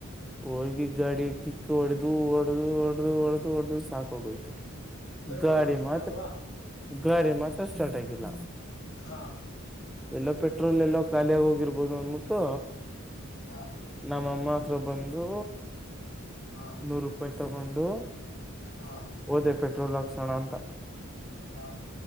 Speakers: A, in the centre; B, on the left.
A: ಹೋಗಿ ಗಾಡಿಯ ಕಿಕ್ ಹೊಡೆದು ಒಡೆ್ದ ಒಡ್ದ ಒಡೆ್ದ ಒಡದು ಸಾಕೋಗೋಯ್ತು
B: ಪೆಟ್ರೋಲ್
A: ಗಾಡಿ
B: ಹಾಕ್ಸದಲ್ವಾ
A: ಮಾತ್ರ ಗಾಡಿ ಮಾತ್ರ ಸ್ಟಾರ್ಟ್ ಆಗಿಲ್ಲ
B: ಹ
A: ಎಲ್ಲ ಪೆಟ್ಟ ಪೆಟ್ರೋಲ್ ಎಲ್ಲೋ ಖಾಲಿಯಾಗಿ ಹೋಗಿರ್ಬೋದು ಅನ್ಬಿಟ್ಟು
B: ಹ
A: ನಮ್ಮಮ್ಮ ಹತ್ರ ಬಂದು
B: ಹ
A: ನೂರು ರೂಪಾಯಿ ತಗೊಂಡು
B: ಹ
A: ಓದೆ ಪಟ್ಟ ಪೆಟ್ರೋಲ್ ಅಕ್ಷಣಅಂಥ
B: ಹಾ